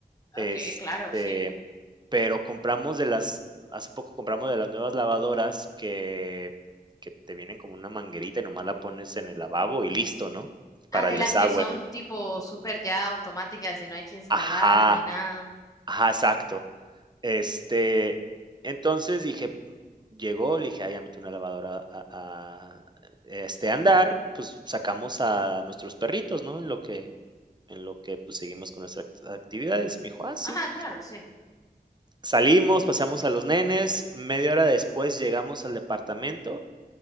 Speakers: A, on the left; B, on the right.
A: Ok,
B: Este,
A: claro, sí.
B: pero compramos de las, hace poco compramos de las nuevas lavadoras que, que te vienen como una manguerita y nomás la pones en el lavabo y listo, ¿no?
A: Ah,
B: Para
A: de
B: el
A: las
B: desagüe.
A: que son tipo súper ya automáticas y no hay que instalar
B: Ajá,
A: ni nada.
B: ajá, exacto. Este, entonces dije, llegó, le dije, ah, ya metí una lavadora a, a- e, este, a andar, pues sacamos a nuestros perritos, ¿no? En lo que, en lo que pues seguimos con nuestras act- actividades. Me dijo, ah, sí.
A: Ajá, claro, sí.
B: Salimos, paseamos a los nenes, media hora después llegamos al departamento